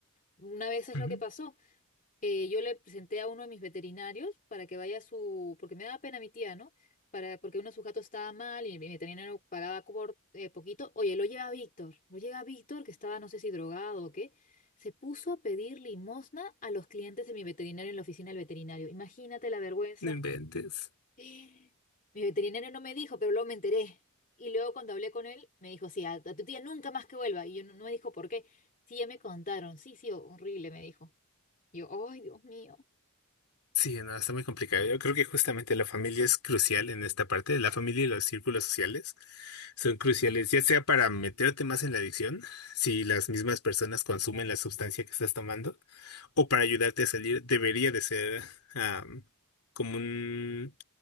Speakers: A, on the left; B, on the left.
A: Una vez es
B: Ujú,
A: lo que pasó eh, yo le presenté a uno de mis veterinarios para que vaya a su, porque me daba pena mi tía, ¿no? Para, porque uno de sus gatos estaba mal y mi veterinario pagaba por eh, poquito. Oye, lo llega Víctor, lo llega Víctor, que estaba no sé si drogado o qué, se puso a pedir limosna a los clientes de mi veterinario en la oficina del veterinario. Imagínate la vergüenza.
B: No inventes.
A: <gasps> Mi veterinario no me dijo, pero luego me enteré. Y luego cuando hablé con él, me dijo, sí, a, a tu tía nunca más que vuelva. Y yo no, no me dijo por qué. Sí, ya me contaron. Sí, sí, horrible, me dijo. Y yo, ay, Dios mío.
B: Sí, no, está muy complicado. Yo creo que justamente la familia es crucial en esta parte. La familia y los círculos sociales son cruciales, ya sea para meterte más en la adicción, si las mismas personas consumen la sustancia que estás tomando, o para ayudarte a salir. Debería de ser am, como un,